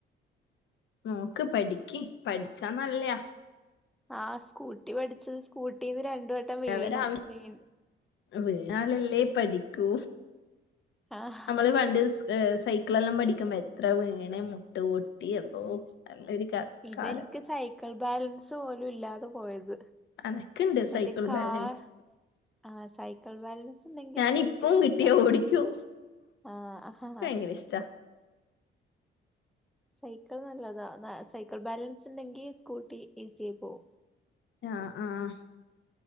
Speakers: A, on the left; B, in the centre.
A: നോക്ക് പഠിക്കി പഠിച്ചാ നല്ലയാ
B: ആഹ സ്കൂട്ടി പഠിച്ചത് സ്കൂട്ടിന്ന് രണ്ടു വട്ടം
A: അവരവരെ
B: വീണു
A: ആവശ്യ
B: വീണു
A: വീണാലല്ലേ പഠിക്കൂ
B: ആഹ്
A: നമ്മള് പണ്ട് സൈ സൈകിളെല്ലാം പഠിക്കുമ്പോ എത്ര വീണേ മുട്ട് പൊട്ടി എല്ലോ നല്ലൊരു
B: ഇതെനിക്ക്
A: കാല്
B: സൈക്കിൾ ൾ ബാലൻസ് പോലും ഇല്ലാതെ പോയത്
A: അനക്ക്ണ്ട്
B: മറ്റേ
A: സൈക്കിൾ
B: കാർ
A: ബാലൻസ്
B: ആഹ സൈക്കിൾ ബാലൻസ് ഉണ്ടെങ്കിൽ
A: ഞാനിപ്പം
B: സ്കൂട്ടി സുഖാ
A: കിട്ടിയാ ഓടിക്കും
B: ആഹ് ആഹാ
A: ഭയങ്കര
B: ആ
A: ഇഷ്ടാ
B: സൈക്കിൾ നല്ലതാ സൈക്കിൾ ബാലൻസ് ഉണ്ടെങ്കി സ്കൂട്ടി ഈസി ആയി പോവും
A: ആഹ ആഹ്